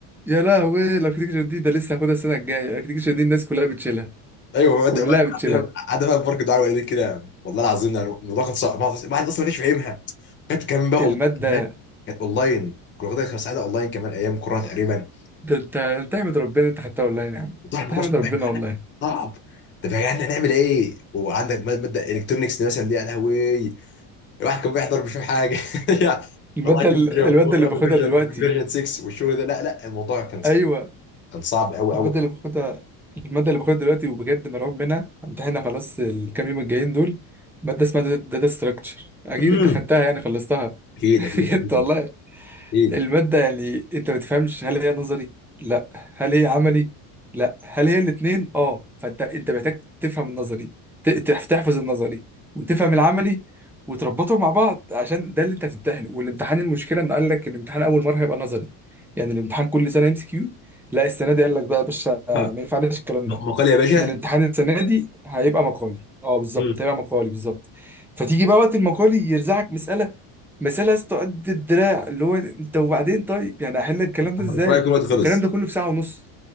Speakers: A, in the centre; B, on the left.
A: يا لهوي الاركتكشر دي ده لسه هاخدها السنه الجايه الاركتكشر دي الناس كلها بتشيلها
B: ايوه ماده
A: كلها بتشيلها
B: قاعده بقى في بارك الدعاء والدتي كده والله العظيم يعني الموضوع كان صعب الواحد اصلا ما كانش فاهمها كانت كمان بقى
A: الماده
B: اونلاين كمان كانت اونلاين كنا واخدها كانت ساعتها اونلاين كمان ايام كورونا تقريبا
A: ده انت انت احمد ربنا انت خدتها والله نعم
B: موضوع الموضوع
A: تحمد
B: صعب
A: ربنا
B: يا جدعان
A: والله
B: صعب طب يا جدعان نعمل ايه وعندك مادة مادة الكترونكس دي مثلا دي يا لهوي الواحد كان بيحضر مش فاهم حاجه <laughs> يعني
A: المادة
B: والله فيرجن
A: ال- المادة
B: 4
A: اللي باخدها
B: فيرجن
A: دلوقتي
B: فيرجن 6 والشغل ده لا لا الموضوع كان صعب
A: ايوه
B: كان صعب قوي
A: المادة
B: قوي
A: اللي باخدها المادة اللي باخدها دلوقتي وبجد مرعوب منها امتحانها خلاص الكام يوم الجايين دول مادة اسمها داتا ستراكشر اكيد
B: امم
A: انت خدتها يعني خلصتها
B: اكيد
A: <laughs>
B: اكيد
A: بجد
B: اكيد
A: والله
B: اكيد
A: المادة يعني انت ما بتفهمش هل هي نظري؟ لا هل هي عملي؟ لا هل هي الاتنين؟ اه فانت انت محتاج تفهم النظري ت- تح- تحفظ النظري وتفهم العملي وتربطهم مع بعض عشان ده اللي انت هتمتحنه والامتحان المشكلة انه قال لك الامتحان اول مرة هيبقى نظري يعني الامتحان كل سنة ام سي كيو لا السنة دي قال لك بقى يا باشا آه،
B: ها،
A: ما ينفعناش الكلام
B: مقال
A: ده
B: يا باشا
A: احنا الامتحان السنه دي هيبقى مقالي اه بالظبط
B: امم
A: هيبقى مقالي بالظبط فتيجي بقى وقت المقالي يرزعك مساله مساله يا اسطى قد الدراع اللي هو انت وبعدين طيب يعني هحل الكلام ده
B: اما
A: ازاي
B: تقرا يكون الوقت خلص
A: والكلام ده كله في ساعه ونص